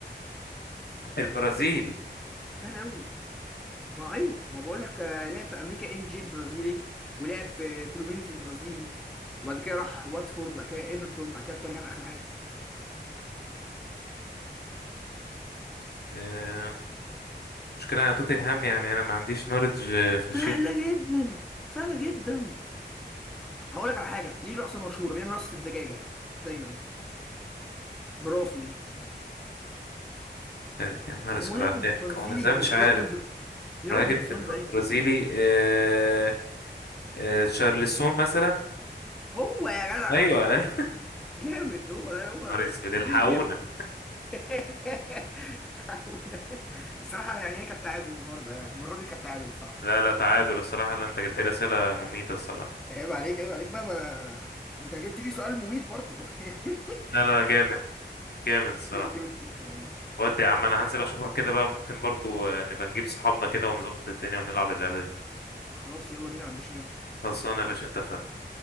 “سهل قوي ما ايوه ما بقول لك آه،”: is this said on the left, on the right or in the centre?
Centre